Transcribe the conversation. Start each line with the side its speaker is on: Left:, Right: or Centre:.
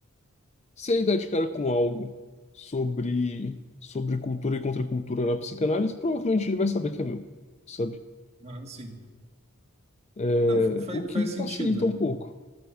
Left: você dá de cara com algo sobre, sobre cultura e contracultura na psicanálise, provavelmente ele vai saber que é meu, sabe?
Right: Aham, sim.
Left: É,
Right: Não, fa- faz,
Left: o que
Right: faz
Left: facilita
Right: sentido.
Left: um pouco,